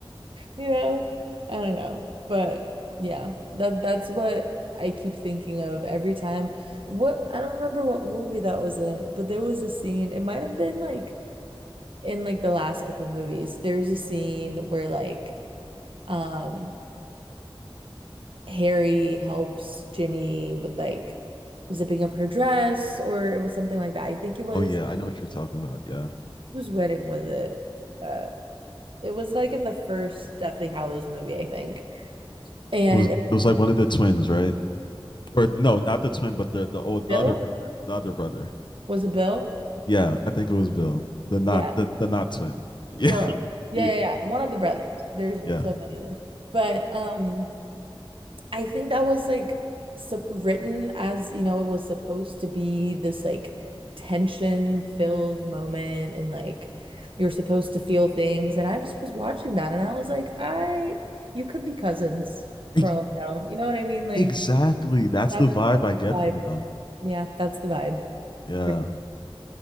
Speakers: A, on the right (about 65°); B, on the left (about 55°).
A: You know? I don't know. But yeah, that that's what I keep thinking of every time. What I don't remember what movie that was in, but there was a scene, it might have been like in like the last couple movies. There's a scene where like um Harry helps Ginny with like zipping up her dress or it was something like that. I think it was
B: Oh yeah, I know what you're talking about. Yeah.
A: whose wedding was it? Uh, it was like in the first Deathly Hallows movie, I think. And
B: It was it was like one of the twins, right? Or no, not the twin, but the the old the
A: Bill
B: other brother. The other brother.
A: was it Bill?
B: Yeah, I think it was Bill, the not
A: Yeah,
B: the, the not twin. <laughs> Yeah,
A: sure. Yeah,
B: yeah,
A: yeah, yeah. One of the brothers. There's
B: yeah.
A: just so many of them. But um, I think that was like sup written as you know, it was supposed to be this like tension-filled moment, and like you're supposed to feel things. And I just was watching that, and I was like, I, you could be cousins
B: Ex-
A: for all I know. You know what I mean? Like.
B: exactly. That's
A: That
B: the vibe
A: is the
B: I get
A: vibe.
B: from them.
A: Yeah, that's the vibe.
B: Yeah.
A: For-